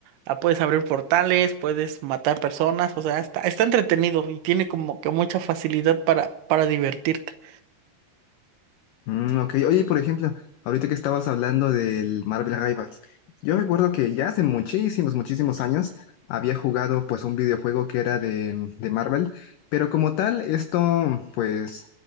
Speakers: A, on the right; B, on the left.
A: Ah, puedes abrir portales, puedes matar personas, o sea, está, está entretenido y tiene como que mucha facilidad para, para divertirte.
B: Mm, ok, oye, por ejemplo, ahorita que estabas hablando del Marvel Rivals, yo recuerdo que ya hace muchísimos, muchísimos años había jugado pues un videojuego que era de, de Marvel, pero como tal, esto pues,